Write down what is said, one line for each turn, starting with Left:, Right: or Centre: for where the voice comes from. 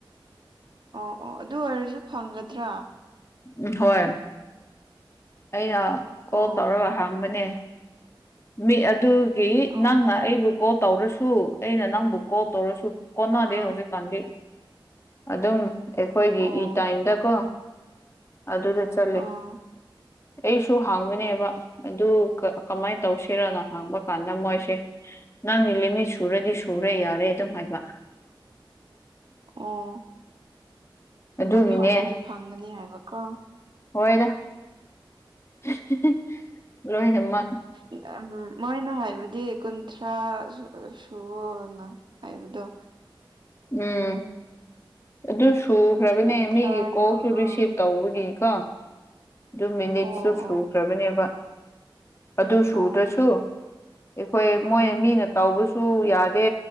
Right: ꯑꯣ ꯑꯣ ꯑꯗꯨ ꯑꯣꯢꯔꯖꯨ ꯐꯪꯒꯗ꯭ꯔꯥ
Left: ꯎꯝ ꯍꯣꯢ ꯑꯩꯅ ꯀꯣꯜ
Right: ꯑꯣ
Left: ꯇꯧꯔꯒ ꯍꯥꯡꯕꯅꯦ ꯃꯤ ꯑꯗꯨꯒꯤ
Right: ꯑꯣ
Left: ꯅꯪꯅ ꯑꯩꯕꯨ ꯀꯣꯜ ꯇꯧꯔꯁꯨ ꯑꯩꯅ ꯅꯪꯕꯨ ꯀꯣꯜ ꯇꯧꯔꯁꯨ ꯀꯣꯟꯅꯗꯦ
Right: ꯑꯥ
Left: ꯍꯧꯖꯤꯛꯀꯥꯟꯗꯤ ꯑꯗꯨꯝ ꯑꯦꯈꯣꯢꯒꯤ
Right: ꯑꯣ
Left: ꯏ ꯇꯥꯏꯝꯗꯀꯣ ꯑꯗꯨꯗ ꯆꯜꯂꯦ
Right: ꯑꯥ
Left: ꯑꯩꯁꯨ ꯍꯥꯡꯕꯅꯦꯕ ꯑꯗꯨ ꯀ ꯀꯃꯥꯢ ꯇꯧꯁꯤꯔꯅ ꯍꯥꯡꯕ ꯀꯥꯟꯗ ꯃꯣꯢꯁꯦ ꯅꯪꯒꯤ ꯂꯤꯃꯤꯠ ꯁꯨꯔꯗꯤ ꯁꯨꯔꯦ ꯌꯥꯔꯦ ꯑꯗꯨꯝ ꯍꯥꯢꯕ
Right: ꯑꯣ ꯑꯗꯨꯝ
Left: ꯑꯗꯨꯒꯤꯅꯦ
Right: ꯐꯪꯕꯨꯗꯤ ꯐꯪꯒꯅꯤ ꯍꯥꯢꯕꯀꯣ
Left: ꯍꯣꯢꯗ ꯍꯦ ꯍꯦ ꯂꯣꯢꯅꯃꯛ
Right: ꯏ ꯑꯝ ꯃꯣꯢꯅ ꯍꯥꯢꯕꯗꯤ ꯀꯨꯟꯊ꯭ꯔꯥ ꯁꯨ ꯁꯨꯨꯋꯣꯅ ꯍꯥꯢꯕꯗꯣ
Left: ꯎꯝ ꯑꯗꯨ ꯁꯨ ꯈ꯭ꯔꯕꯅꯦ
Right: ꯀꯨꯟꯊ꯭ꯔꯥ
Left: ꯃꯤꯒꯤ ꯀꯣꯜꯁꯨ
Right: ꯌꯧ
Left: ꯔꯤꯁꯤꯚ
Right: ꯑꯥ
Left: ꯇꯧꯕꯒꯤ ꯀꯣ ꯗꯨ ꯃꯤꯅꯤꯠꯁꯨ
Right: ꯑꯣ
Left: ꯁꯨꯈ꯭ꯔꯕꯅꯦꯕ
Right: ꯑꯣ
Left: ꯑꯗꯨ ꯁꯨꯗ꯭ꯔꯁꯨ
Right: ꯑꯣ
Left: ꯑꯦꯈꯣꯢ
Right: ꯑꯥ
Left: ꯃꯣꯢꯅ ꯃꯤꯅ ꯇꯧꯕꯁꯨ ꯌꯥꯗꯦ